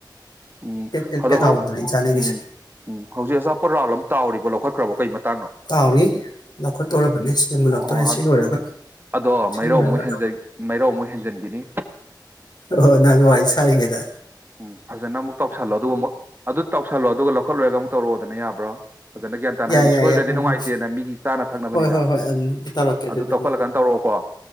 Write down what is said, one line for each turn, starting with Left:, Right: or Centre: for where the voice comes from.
Right: ꯎꯝ
Left: ꯄꯦꯠ ꯄꯦꯠ
Right: ꯑꯗꯣ
Left: ꯄꯦꯠ ꯂꯥꯎꯕꯗꯨꯅꯦ ꯑꯩꯅ ꯆꯥꯅꯤꯡꯉꯤꯁꯦ
Right: ꯎꯝ ꯎꯝ ꯍꯧꯖꯤꯛ ꯑꯆꯥꯄꯣꯠ ꯔꯥꯎ ꯑꯃ ꯇꯥꯎꯔꯤꯕꯣ ꯂꯧꯈꯠꯈ꯭ꯔꯕꯣ ꯀꯩ ꯃꯇꯥꯡꯅꯣ
Left: ꯀꯥꯎꯔꯤ ꯂꯧꯈꯠꯇꯧꯔꯕꯅꯤ ꯁꯤ ꯃꯨꯜꯂꯛꯇꯣꯔꯦ
Right: ꯑꯣ
Left: ꯁꯤ ꯂꯣꯏꯔꯒ
Right: ꯑꯗꯣ
Left: ꯁꯤ
Right: ꯃꯥꯏꯔꯧ
Left: ꯂꯣꯏꯔꯒ
Right: ꯑꯃꯨꯛ ꯃꯥꯏꯔꯧ ꯑꯃꯨꯛ ꯍꯦꯟꯖꯟꯈꯤꯅꯤ
Left: ꯑꯣ ꯅꯪ ꯋꯥꯔꯤꯏꯁꯉꯦꯗ
Right: ꯎꯝ ꯐꯖꯅ ꯑꯃꯨꯛ ꯇꯧꯁꯜꯂꯣ ꯑꯗꯨꯒ ꯑꯃꯨꯛ ꯑꯗꯨ ꯇꯧꯁꯜꯂꯣ ꯑꯗꯨꯒ ꯂꯧꯈꯠꯂꯨꯔꯒ ꯑꯃꯨꯛ ꯇꯧꯔꯛꯑꯣꯗꯅꯕ꯭ꯔꯣ ꯐꯖꯅ ꯒ꯭ꯌꯥꯟ ꯇꯥꯅ
Left: ꯌꯥꯏ
Right: ꯍꯥꯏꯗꯤ
Left: ꯌꯥꯏ
Right: ꯁꯣꯏꯈ꯭ꯔꯗꯤ
Left: ꯌꯥꯏ ꯎꯝ
Right: ꯅꯨꯡꯉꯥꯏꯇꯦꯅ
Left: ꯎꯝ
Right: ꯃꯤꯒꯤ ꯆꯥꯅ ꯊꯛꯅꯕꯅꯤꯅ
Left: ꯍꯣꯏ ꯍꯣꯏ ꯍꯣꯏ ꯑꯗꯨꯝ ꯇꯧꯔꯛꯀꯦ ꯑꯗꯨꯗ
Right: ꯑꯗꯨ ꯇꯧꯈꯠꯂꯀꯥꯟ
Left: ꯎꯝ
Right: ꯇꯧꯔꯛꯑꯣꯀꯣ